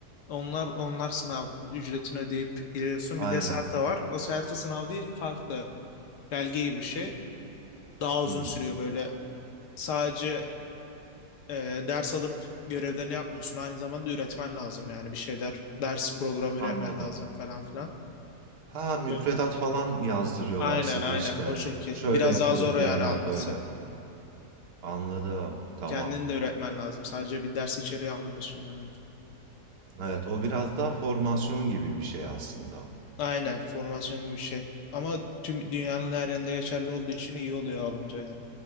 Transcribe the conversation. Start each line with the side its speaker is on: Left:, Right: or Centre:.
Left: Onlar onlar sınav ücretini ödeyip giriyorsun.
Right: Aynen.
Left: Bir de Celta var. O Celta sınav değil farklı. Belge gibi bir şey. Daha uzun
Right: Hı.
Left: sürüyor böyle sadece e, ders alıp görevlerini yapmıyorsun. Aynı zamanda üretmen lazım yani bir şeyler. Ders programı
Right: Anladım.
Left: üretmen lazım falan filan.
Right: Ha müfredat
Left: Evet.
Right: falan yazdırıyorlar
Left: Aynen
Right: size
Left: aynen
Right: işte.
Left: o şekil.
Right: Şöyle
Left: Biraz
Right: yapılır
Left: daha zor
Right: gramer
Left: yani alması.
Right: böyle. Anladım. Tamam.
Left: Kendini de üretmen lazım. Sadece bir ders içeriği almıyorsun yani.
Right: Evet o biraz daha formasyon gibi bir şey aslında.
Left: Aynen formasyon gibi bir şey. Ama tüm dünyanın her yerinde geçerli olduğu için iyi oluyor alınca yani.